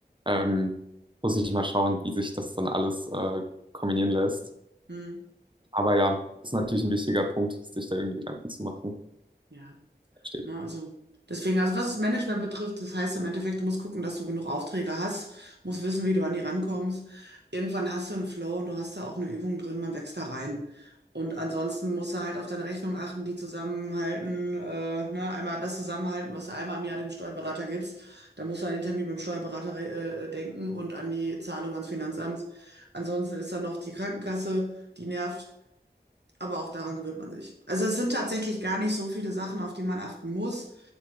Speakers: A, on the right; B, on the right.
A: Ähm, muss ich mal schauen, wie sich das dann alles äh, kombinieren lässt.
B: Hm.
A: Aber ja, ist natürlich ein wichtiger Punkt, sich da irgendwie Gedanken zu machen.
B: Ja.
A: Steht.
B: Ne? Also deswegen, also was das Management betrifft, das heißt im Endeffekt, du musst gucken, dass du genug Aufträge hast, musst wissen, wie du an die rankommst. Irgendwann hast du einen Flow und du hast da auch eine Übung drin, man wächst da rein. Und ansonsten musst du halt auf deine Rechnung achten, die zusammenhalten, äh, ne, einmal das zusammenhalten, was du einmal im Jahr dem Steuerberater gibst. Dann musst du an den Termin beim Steuerberater äh, äh, denken und an die Zahlung ans Finanzamt. Ansonsten ist da noch die Krankenkasse, die nervt. Aber auch daran gewöhnt man sich. Also es sind tatsächlich gar nicht so viele Sachen, auf die man achten muss.